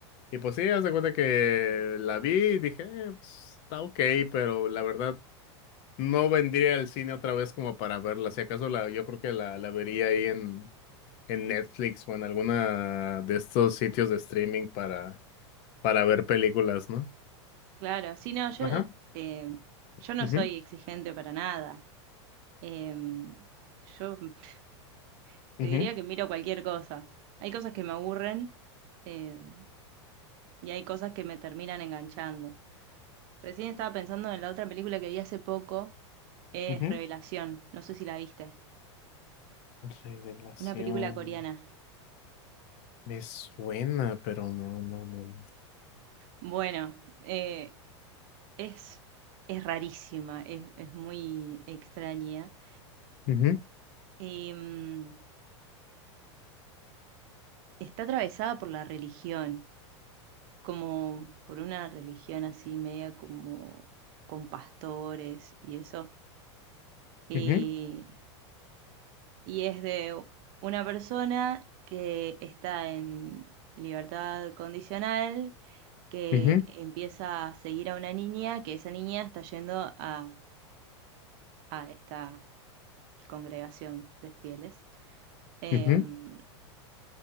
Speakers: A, on the left (about 50°); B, on the right (about 50°).
A: y pues sí, haz de cuenta que la vi y dije, "Eh, pues, está ok, pero la verdad no vendría al cine otra vez como para verla. Si acaso la, yo creo que la, la vería ahí en, en Netflix o en alguna de estos sitios de streaming para, para ver películas, ¿no?
B: claro. Sí, no, yo,
A: Ajá.
B: eh, yo no
A: Ujú,
B: soy exigente para nada. Em, yo <laughs> te
A: ujú,
B: diría que miro cualquier cosa. Hay cosas que me aburren, em, y hay cosas que me terminan enganchando. Recién estaba pensando en la otra película que vi hace poco, es
A: ujú.
B: Revelación, no sé si la viste,
A: Revelación.
B: una película coreana.
A: Me suena, pero no, no, no. no.
B: Bueno, eh, es, es rarísima, es, es muy extraña.
A: Ujú,
B: Em, está atravesada por la religión, como por una religión así media como con pastores y eso. Eh,
A: ujú,
B: y es de una persona que está en libertad condicional que
A: ujú,
B: empieza a seguir a una niña, que esa niña está yendo a, a esta congregación de fieles. Em,
A: ujú,